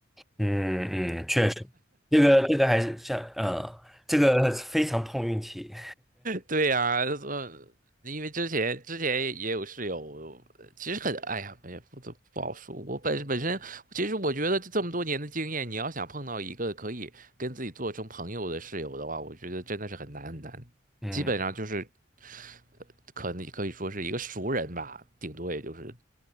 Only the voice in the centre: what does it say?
嗯嗯，确实，这个这个还是像嗯，这个非常碰运气。
嗯，